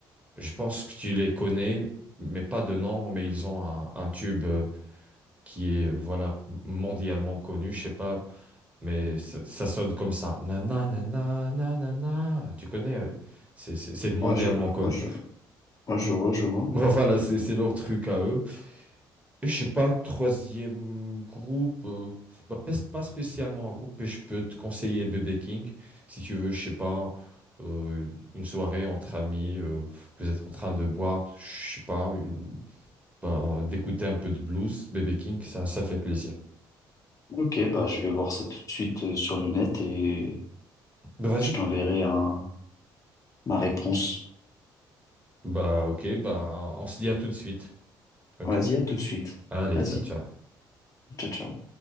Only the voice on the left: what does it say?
ouais, je,
ouais, je, ouais, je vois, je
vois.
Ok, bah, je vais voir ça tout de suite euh, sur le net et
je t'enverrai un, ma réponse.
Vas-y, à tout de suite.
Vas-y,
ciao, ciao.